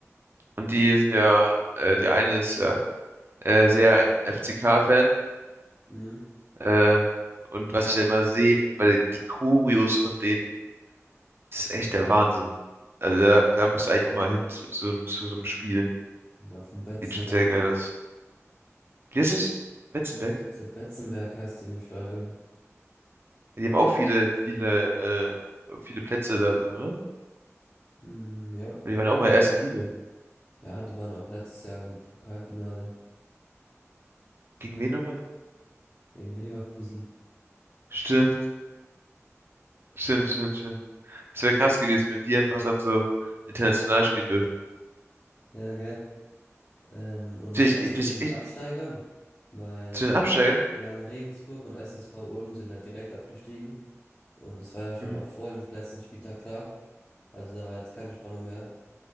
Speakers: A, on the right; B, on the left.
A: Und die sind ja, äh, der eine ist ja äh, sehr FCK-Fan.
B: Mhm.
A: Äh, und was ich da immer sehe, weil die Choreos von denen, das ist echt der Wahnsinn. Also da, da musst du eigentlich auch mal hin zu, zu, zu so einem Spiel.
B: Und Auf dem Betzenberg.
A: Sieht schon sehr geil aus. Wie ist es? Betzenberg?
B: Ich glaube, Betzenberg heißt die in ihr Stadion.
A: Die haben auch viele, viele, äh, viele Plätze da drin, ne?
B: Mhm, ja.
A: Weil Die waren auch mal erste Liga.
B: Ja, die waren auch letztes Jahr im Pokalfinale
A: Gegen wen nochmal?
B: gegen Leverkusen.
A: Stimmt, stimmt, stimmt, stimmt. Es wäre krass gewesen, wenn die einfach dann so international spielen dürften.
B: Ja, gell. Ähm, und was
A: Vielleicht,
B: sagst
A: äh,
B: du
A: vielleicht
B: zu den
A: echt
B: Absteigern? Weil
A: zu den Absteigern?
B: Jan Regensburg und SSV Ulm sind ja direkt abgestiegen. Und es war ja schon
A: Mhm.
B: auch vor dem letzten Spieltag klar. Also da war jetzt keine Spannung mehr.